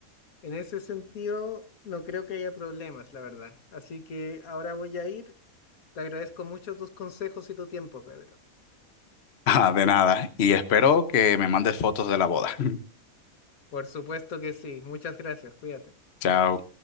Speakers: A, on the left (about 80°); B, on the left (about 50°).
A: en ese sentido no creo que haya problemas, la verdad. Así que ahora voy a ir, te agradezco mucho tus consejos y tu tiempo, Pedro.
B: Ah, de nada. Y espero que me mandes fotos de la boda. <laughs>
A: Por supuesto que sí. Muchas gracias. Cuídate.
B: Chao.